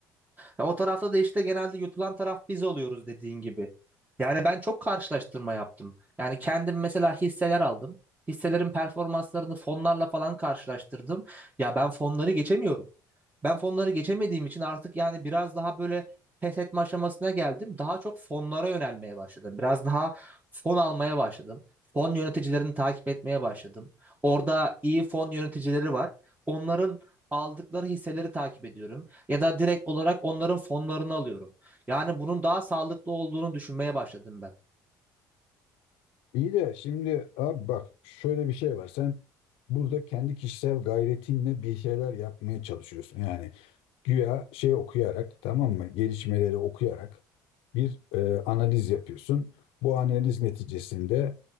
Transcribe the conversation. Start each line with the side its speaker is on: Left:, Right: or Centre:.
Right: Ya o tarafta da işte genelde yutulan taraf biz oluyoruz dediğin gibi. Yani ben çok karşılaştırma yaptım. Yani kendim mesela hisseler aldım. Hisselerin performanslarını fonlarla falan karşılaştırdım. Ya ben fonları geçemiyorum. Ben fonları geçemediğim için artık yani biraz daha böyle pes etme aşamasına geldim. Daha çok fonlara yönelmeye başladım. Biraz daha fon almaya başladım. Fon yöneticilerini takip etmeye başladım. Orada iyi fon yöneticileri var. Onların aldıkları hisseleri takip ediyorum. Ya da direkt olarak onların fonlarını alıyorum. Yani bunun daha sağlıklı olduğunu düşünmeye başladım ben.
Left: İyi de şimdi abi bak şöyle bir şey var. Sen burada kendi kişisel gayretinle bir şeyler yapmaya çalışıyorsun. Yani güya şey okuyarak tamam mı? Gelişmeleri okuyarak bir e, analiz yapıyorsun. Bu analiz neticesinde